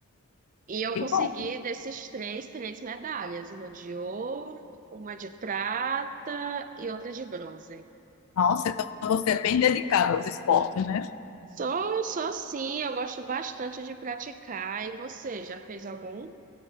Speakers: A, on the right; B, on the left.
A: E eu
B: Que
A: consegui
B: bom.
A: desses três, três medalhas, uma de ouro, uma de prata e outra de bronze.
B: Nossa, então você é bem dedicado aos esportes, né?
A: Só, só sim, eu gosto bastante de praticar. E você, já fez algum?